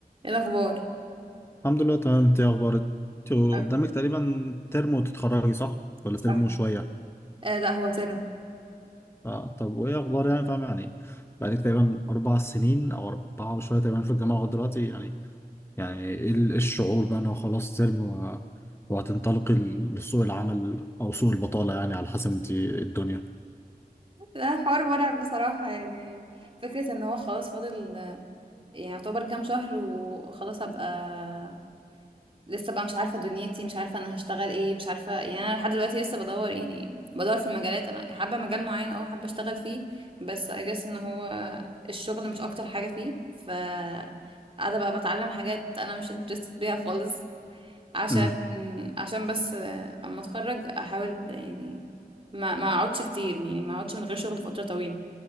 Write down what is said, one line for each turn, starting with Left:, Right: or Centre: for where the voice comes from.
Right: ايه الاخبار
Left: الحمد لله تمام انت ايه اخبارك انت
Right: آه،
Left: قدامك تقريبا ترم وتتخرجي صح ولا
Right: صح
Left: ترم وشويه
Right: آه لا هو ترم
Left: آه طب وايه اخبار يعني فاهم يعني بقالك تقريبا اربع سنين او اربعه وشويه تقريبا في الجامعه لغايه دلوقتي يعني يعني ايه ال- ايه الشعور بقى ان هو خلاص ترم و- وهتنطلقي لسوق العمل او سوق البطاله يعني على حسب انت ايه الدنيا
Right: ده حوار مرعب بصراحة يعني فكرة ان هو خلاص فاضل آه، يعني يعتبر كام شهر وخلاص هبقى لسه بقى مش عارفة دنيتي مش عارفة انا هشتغل ايه مش عارفة يعني انا لحد دلوقتي لسه بدور يعني بدور في المجالات انا حابة مجال معين او حابة اشتغل فيه بس اجس ان هو الشغل مش اكتر حاجة فيه ف قاعدة بقى بتعلم حاجات انا مش انترستد بيها خالص عشان
Left: امم
Right: عشان بس آه، اما اتخرج احاول يعني ما ما اقعدش كتير يعني ما اقعدش من غير شغل فترة طويلة